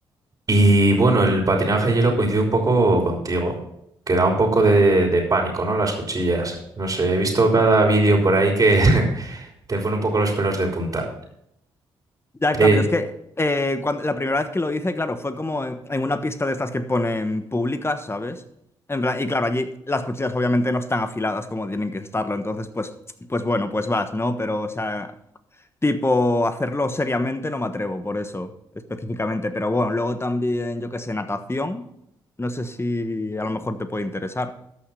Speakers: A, on the right; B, on the left.
A: Y bueno, el patinaje de hielo coincide un poco contigo, que da un poco de, de pánico, ¿no? Las cuchillas. No sé, he visto cada vídeo por ahí que <laughs> te pone un poco los pelos de punta.
B: Ya,
A: Pe-
B: claro, yo es que eh, cuando, la primera vez que lo hice, claro, fue como en, en una pista de estas que ponen públicas, ¿sabes? En plan, y claro, allí las cuchillas obviamente no están afiladas como tienen que estarlo, entonces pues, pues bueno, pues vas, ¿no? Pero, o sea, tipo, hacerlo seriamente no me atrevo, por eso, específicamente. Pero bueno, luego también, yo qué sé, natación, no sé si a lo mejor te puede interesar.